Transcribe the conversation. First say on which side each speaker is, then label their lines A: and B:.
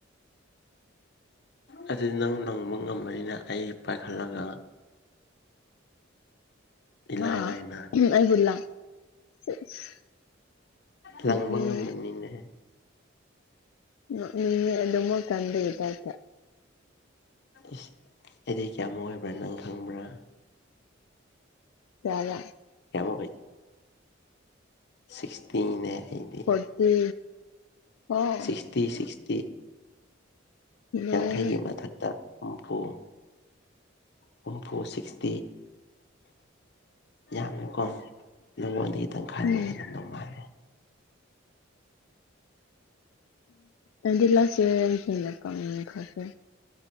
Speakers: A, on the left (about 55°); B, on the left (about 85°).
A: ꯑꯗꯨꯗꯤ ꯅꯪ ꯅꯪꯕ ꯉꯝꯕꯅꯤꯅ ꯑꯩ ꯄꯥꯏꯈꯠꯂꯒ
B: <unintelligible>
A: ꯏꯂꯥꯏ ꯂꯥꯏꯅ ꯂꯪꯕ
B: ꯅꯣꯛꯅꯤꯡꯉꯦ
A: ꯑꯃꯅꯤꯅꯦ
B: <unintelligible>
A: ꯏꯁ ꯑꯩꯗꯤ ꯀꯌꯥꯃꯨꯛ ꯑꯣꯏꯕ꯭ꯔꯥ ꯅꯪ ꯈꯪꯕ꯭ꯔꯥ
B: <unintelligible>
A: ꯀꯃꯨꯛꯑꯣꯏ ꯁꯤꯛꯁꯇꯤꯅꯦ ꯑꯩꯗꯤ
B: ꯐꯣꯔꯇꯤ ꯑꯣ
A: ꯁꯤꯛꯁꯇꯤ ꯁꯤꯛꯁꯇꯤ
B: ꯂꯣꯏꯔꯦ
A: ꯌꯥꯡꯈꯩꯒꯤ ꯃꯊꯛꯇ ꯍꯨꯝꯐꯨ ꯍꯨꯝꯐꯨ ꯁꯤꯛꯁꯇꯤ ꯌꯥꯝꯅ ꯀꯣ ꯅꯉꯣꯟꯗꯒꯤ ꯇꯪꯈꯥꯏꯕꯨ
B: ꯎꯝ
A: ꯍꯦꯟꯂꯝꯗꯧ ꯃꯥꯟ
B: ꯑꯗꯨꯗꯤ ꯂꯥꯛꯁꯦ ꯍꯦꯅ <unintelligible>